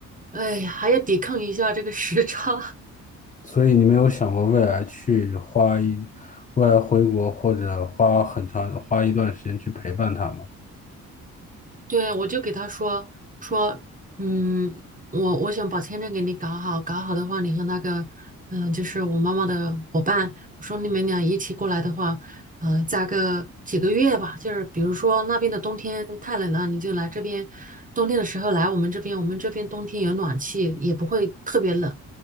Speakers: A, on the right; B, on the left.
A: 哎呀，还要抵抗一下这个时差。
B: 所以你没有想过未来去花一，未来回国或者花很长花一段时间去陪伴他吗？
A: 对，我就给他说说，嗯，我我想把签证给你搞好，搞好的话，你和那个，嗯、就是我妈妈的伙伴，我说你们俩一起过来的话，呃，加个几个月吧，就是比如说那边的冬天太冷了，你就来这边，冬天的时候来我们这边，我们这边冬天有暖气，也不会特别冷，